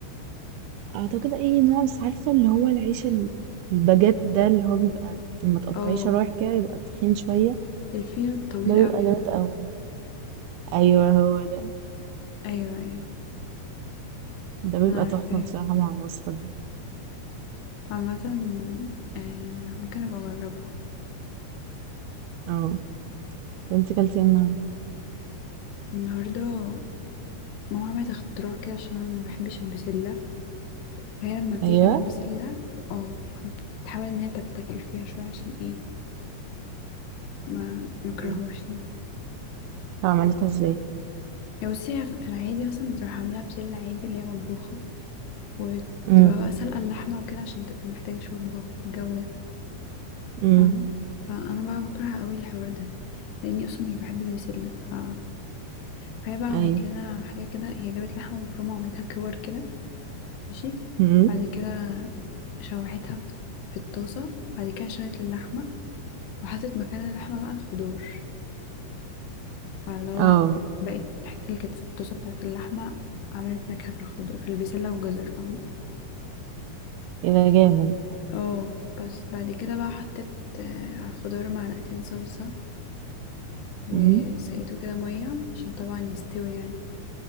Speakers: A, on the right (about 80°); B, on the left (about 80°).
A: اعتقد اي نوع بس عارفة اللي هو العيش ال- الباجيت ده اللي هو بيبقى لما تقطعيه
B: اه
A: شرايح كده يبقى تخين شوية
B: الفينو الطويل
A: ده بيبقى
B: قوي
A: جامد
B: ده
A: قوي ايوه هو ده
B: ايوه ايوه
A: ده بيبقى
B: انا عارفاه
A: تحفة بصراحة مع الوصفة دي
B: عامة آه ممكن ابقى اجربها
A: اه طب انت كلتي إيه النهاردة
B: النهاردة ماما عملت اختراع كده عشان انا ما بحبش البسلة فهي لما بتيجي
A: ايوه
B: تعمل بسلة اه تحاول ان هي تبتكر فيها شوية عشان ايه ما مكرهوش
A: مم.
B: يعني
A: طب عملتها ازاي
B: يا بصي هي في العادي مثلا بتروح عاملة بسلة عادي اللي هي مطبوخة وتبقى
A: امم
B: بقى سلقة اللحمة وكده عشان تبقى محتاجة شوربة والجو ده
A: امم
B: فاهمة فانا بقى بكره قوي الحوار ده لاني اصلا مش بحب البسلة ف... فهي بقى عملت
A: ايوه
B: لنا حاجة كده هي جابت لحمة مفرومة وعملتها كور كده ماشي
A: امم
B: بعد كده شوحتها في في الطاسة بعد كده شالت اللحمة وحطت مكان اللحمة بقى الخضار فاللي هو
A: اه
B: بقت الحتة اللي كانت في الطاسة بتاعة اللحمة عملت نكهة في الخضار في البسلة والجزر فاهمة
A: ايه ده جامد
B: اه بس بعد كده بقى حطيت آه، على الخضار معلقتين صلصة وسقيته
A: امم
B: كده مية عشان طبعا يستوي يعني